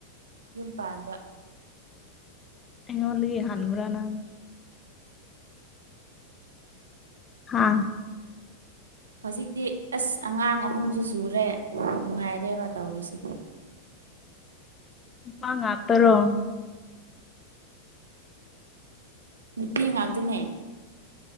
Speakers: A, on the right; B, on the left.
A: ꯌꯨꯝ ꯄꯥꯟꯕ
B: ꯑꯩꯉꯣꯟꯗꯒꯤ ꯍꯟꯕ꯭ꯔ ꯅꯪ ꯍꯥꯥ
A: ꯍꯧꯖꯤꯛꯇꯤ ꯑꯁ ꯑꯉꯥꯡ ꯑꯍꯨꯝꯖꯨ ꯁꯨꯔꯦ ꯅꯨꯡꯉꯥꯏꯔꯦꯕ ꯇꯧꯔꯤꯁꯦ ꯀꯣ <inaudible>
B: ꯅꯨꯄꯥ ꯉꯥꯛꯇꯔꯣ
A: ꯅꯨꯄꯤ ꯉꯥꯛꯇꯅꯦ